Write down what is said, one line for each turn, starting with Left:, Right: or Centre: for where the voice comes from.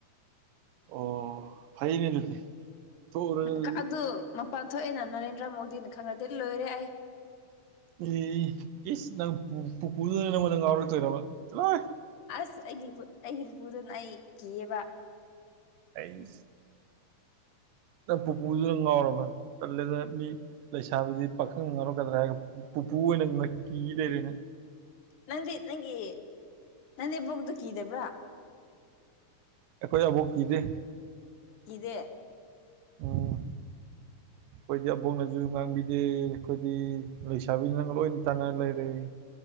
Right: ꯑꯣ ꯐꯩꯅꯦ ꯑꯗꯨꯗꯤ ꯊꯣꯔꯎꯔꯣ ꯑꯗꯨꯗꯤ
Left: ꯑꯗꯨ ꯃꯄꯥꯟ ꯊꯣꯛꯑꯦꯅ ꯅꯔꯦꯟꯗ꯭ꯔ ꯃꯣꯗꯤꯅ ꯈꯪꯉꯥꯗꯤ ꯂꯣꯏꯔꯦ ꯑꯩ
Right: ꯑꯦ ꯏꯁ ꯅꯪ ꯄꯨꯄꯨꯗꯨꯅ ꯅꯥꯉꯣꯟꯗ ꯉꯥꯎꯔꯛꯇꯣꯏꯔꯕ ꯆꯂꯣ
Left: ꯑꯁ ꯑꯩꯒꯤ ꯑꯩꯒꯤ ꯄꯨꯄꯨꯗꯨꯅ ꯑꯩ ꯀꯤꯌꯦꯕ
Right: ꯑꯩ ꯅꯪ ꯄꯨꯄꯨꯗꯨꯅ ꯉꯥꯎꯔꯕ ꯇꯜꯂꯦꯗ ꯃꯤ ꯂꯩꯁꯥꯕꯤꯗꯤ ꯄꯥꯈꯪꯅ ꯉꯥꯎꯔꯛꯀꯗ꯭ꯔꯥ ꯍꯥꯏꯔꯒ ꯄꯨꯄꯨ ꯑꯣꯏꯅ ꯀꯤ ꯂꯩꯔꯦ ꯅꯪ
Left: ꯅꯪꯗꯤ ꯅꯪꯒꯤ ꯅꯥꯅꯦꯝꯕꯣꯛꯇꯣ ꯀꯤꯗꯕ꯭ꯔꯥ
Right: ꯑꯩꯈꯣꯏ ꯑꯕꯣꯛ ꯀꯤꯗꯦ
Left: ꯀꯤꯗꯦ
Right: ꯎꯝ ꯑꯩꯈꯣꯏꯗꯤ ꯑꯕꯣꯛꯅꯁꯨ ꯉꯥꯡꯕꯤꯗꯦ ꯑꯩꯈꯣꯏꯗꯤ ꯂꯩꯁꯥꯕꯤꯅ ꯅꯪ ꯂꯣꯏꯅ ꯇꯥꯟꯅꯔ ꯂꯩꯔꯦ